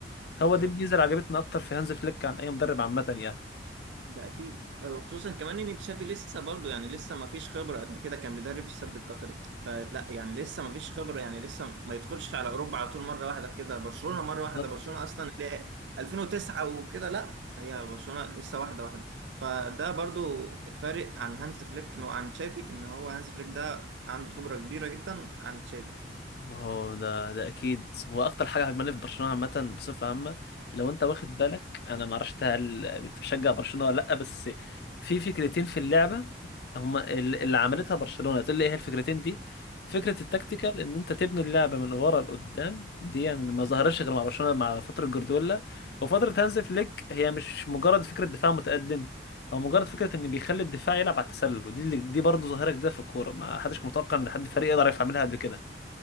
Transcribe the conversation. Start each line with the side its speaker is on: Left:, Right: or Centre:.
Right: بالظبط
Left: هو دي الميزة اللي عجبتنا أكتر في هانز فليك عن أي مدرب عامة يعني
Right: ده اكيد خصوصا كمان ان تشافي لسه برضه يعني لسه ما فيش خبره قد كده كان بيدرب في السد القطري فلا يعني لسه ما فيش خبره يعني لسه ما يدخلش على اوروبا على طول مره واحده كده برشلونه مره
Left: بالظبط
Right: واحده برشلونه اصلا اللي هي 2009 وكده لا هي برشلونه لسه واحده واحده فده برضه فارق عن هانز فليك وعن تشافي ان هو هانز فليك ده عنده خبره كبيره جدا عن تشافي
Left: هو ده ده اكيد هو اكتر حاجه عجباني في
Right: اها
Left: برشلونه عامه بصفه عامه لو انت واخد بالك انا ما اعرفش هل بتشجع برشلونه ولا لا بس في فكرتين في اللعبه هما ال- اللي عملتها برشلونه تقول لي ايه هي الفكرتين دي فكره التكتيكال ان انت تبني اللعبه من ورا لقدام دي يعني ما ظهرتش
Right: أها.
Left: غير مع برشلونه مع فتره جوارديولا وفتره هانز فليك هي مش مجرد فكره دفاع متقدم او مجرد فكره ان بيخلي الدفاع يلعب على التسلل ودي اللي- دي برضه ظاهره جديده في الكوره ما حدش كان متوقع ان حد فريق يقدر يعملها قبل كده